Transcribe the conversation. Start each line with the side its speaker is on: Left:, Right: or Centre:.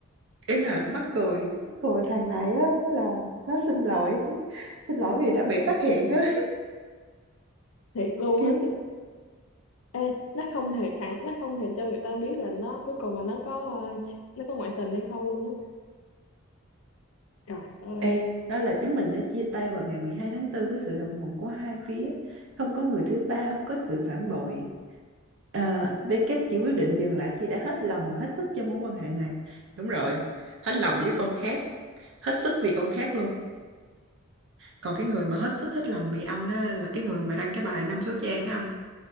Right: ý là mắc cười mắc cười thằng này á là nó xin lỗi xin lỗi vì đã bị phát hiện á
Left: thiệt luôn
Right: <laughs> kiểu
Left: á chứ ê nó không hề khẳng nó không hề cho người ta biết là nó cuối cùng mà nó có ờ, nó có ngoại tình hay không luôn á Trời ơi,
Right: ê đó là chúng mình đã chia tay vào ngày 12 tháng 4 với sự đồng thuận của hai phía không có người thứ ba không có sự phản bội à, W chỉ quyết định dừng lại khi đã hết lòng và hết sức cho mối quan hệ này đúng rồi hết lòng với con khác hết sức vì con khác luôn còn cái người mà hết sức hết lòng vì anh á, là cái người mà đăng cái bài năm số trang á anh